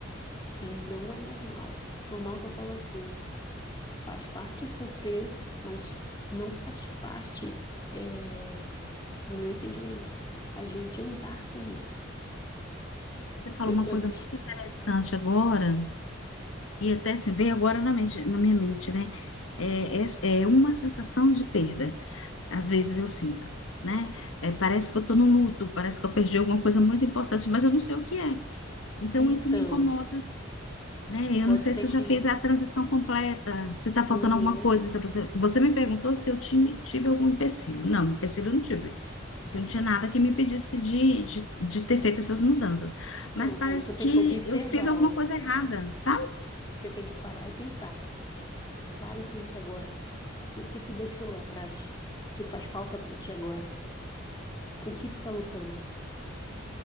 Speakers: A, on the left; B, on the left.
A: ele não é normal. Normal que eu falo assim, faz parte sofrer, mas não faz parte é, no meu entendimento, a gente andar com isso.
B: Você falou
A: Eu,
B: uma
A: eu-
B: coisa muito interessante agora, que até se veio agora na, mente- na minha mente, né? é, é é uma sensação de perda. Às vezes eu sinto, né? É, parece que eu estou no luto, parece que eu perdi alguma coisa muito importante, mas eu não sei o que é. Então
A: então,
B: isso me incomoda, né?
A: pode
B: Eu não sei
A: ser
B: se
A: que.
B: eu já fiz a transição completa, se está faltando
A: Uhum,
B: alguma coisa. Então você, você me perguntou se eu tinha, tive algum empecilho. Não, empecilho eu não tive, porque não tinha nada que me impedisse de, de, de ter feito essas mudanças.
A: então,
B: Mas parece
A: aí tu tem
B: que
A: que observar,
B: eu fiz alguma
A: ó.
B: coisa errada, sabe?
A: Você tem que parar e pensar. Para e pensa agora. O que tu deixou lá atrás? O que faz falta para ti agora? Com o que tu tá lutando?